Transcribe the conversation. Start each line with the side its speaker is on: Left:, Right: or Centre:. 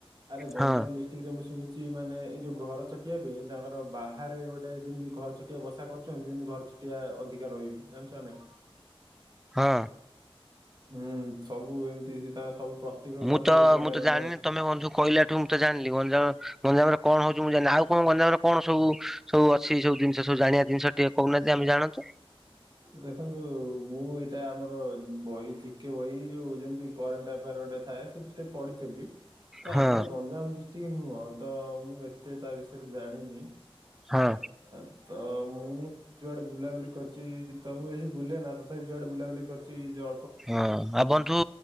Right: ଆରେ ଗଞ୍ଜାମ
Centre: ହଁ
Right: ଡି ଏତିିକରେ ମୁଁ ଶୁଣିଛି ମାନେ ଏଇ ଯୋଉ ଘର ଚଟିଆ ପାଇଁ ତାଙ୍କର ବାହାରେ ଗୋଟେ ଯେମିତି ଘର ଚ ଟିଏ ବସା କରୁଛନ୍ତି ଯେମିତି ଘର ଚଟିଆ ଅଧିକା ରହିବେ ଜାଣିଛ ନା ନାଇଁ?
Centre: ହଁ।
Right: ହୁଁ ସବୁ ଏମିତି ସେ ତାଙ୍କ ସବୁ ପ୍ରତ୍ୟେକ
Centre: ମୁଁ
Right: ଘରରେ
Centre: ତ
Right: ଗୋଟେ ଗୋଟେ
Centre: ମୁଁ ତ
Right: ମାନେ
Centre: ଜାଣିନି ତମେ ବନ୍ଧୁ କହିଲାଠୁ ମୁଁ ତ ଜାଣିଲି ଗଞ୍ଜାମ ଗଞ୍ଜାମରେ କଣ ହଉଛି ମୁଁ ଜାଣିନି ଆଉ କଣ ଗଞ୍ଜାମରେ କଣ ସବୁ ସବୁ ଅଛି ସବୁ ଜିନିଷ ସବୁ ଜାଣିବା ଜିନିଷ ଟିକେ କହୁ ନାହାନ୍ତି ଆମେ ଜାଣନ୍ତୁ।
Right: ଦେଖନ୍ତୁ ମୁଁ ଏଇଟା ଆମର ବହି ଜିକେ ବହି। ଯୋଉ ଯେମତି କରେଣ୍ଟ ଆଫାର ଗୋଟେ ଥାଏ ସେଥିରେ ପଢିଥିଲି ତ
Centre: ହଁ
Right: ଆମର ଗଞ୍ଜାମ ଡି ଟିକେ ନୁହଁ ତ ମୁଁ ଏତେ ତା ବିଷୟରେ ଜାଣିନି
Centre: ହଁ
Right: ଆ ତ ମୁଁ ଯୁଆଡେ ବୁଲାବୁଲି କରିଛି ତ ମୁଁ ବେଶୀ ବୁଲେନା ତଥାପି ଯୁଆଡେ ବୁଲାବୁଲି କରିଛି ଯ
Centre: ହଁ ଆଉ ବନ୍ଧୁ